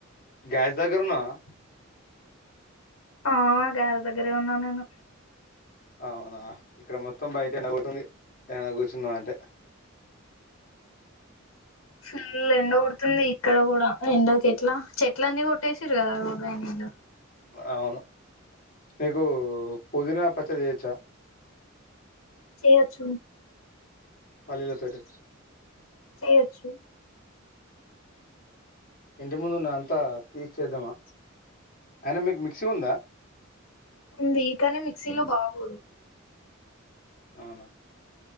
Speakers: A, on the left (about 45°); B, on the left (about 75°).
A: గాయ్స్ దగ్గర ఉన్నావా?
B: ఆ గాయ్స్ దగ్గరే ఉన్నా నేను.
A: అవునా ఇక్కడ మొత్తం బయట ఎండ కొడుతుంది, ఎక్కడైనా కూర్చుందాం అంటే.
B: ఫుల్ ఎండ కొడుతుంది ఇక్కడ కూడా ఎండకి ఎట్లా చెట్ల అన్నీ కొట్టేసిరు కదా బా నేను
A: అవును నీకు పుదీనా పచ్చడి చేయచ్చా
B: చేయొచ్చు
A: పళ్లిలతోటి
B: చేయచ్చు
A: ఇంటి ముందు ఉన్నది అంతా తీసేద్దామా అయినా మీకు మిక్సీ ఉందా
B: ఉంది కానీ మిక్సీలో బాగోదు
A: అవునా